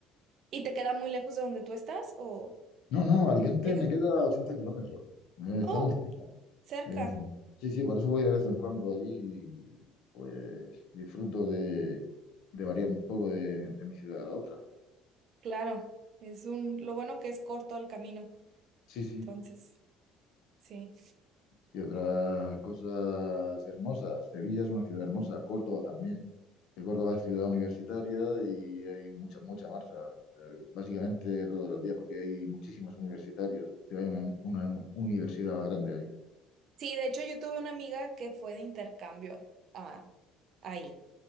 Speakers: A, on the right; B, on the left.
A: ¿Y te queda muy lejos de donde tú estás o
B: No, no, Alicante
A: llegar?
B: me queda 80 kilómetros. Eh, Está
A: Oh,
B: muy cerca.
A: cerca,
B: Ujú. Sí, sí, por eso voy de vez en cuando allí y pues disfruto de, de variar un poco de, de mi ciudad a la otra.
A: claro. Es un, lo bueno que es corto el camino.
B: Sí, sí,
A: Entonces,
B: sí.
A: sí.
B: Y otras cosas hermosas. Sevilla es una ciudad hermosa, Córdoba también. Que Córdoba es ciudad universitaria y hay mucha, mucha marcha, eh, básicamente todos los días, porque hay muchísimos universitarios. que Hay una, una universidad grande allí.
A: Sí, de hecho yo tuve una amiga que fue de intercambio a, ahí.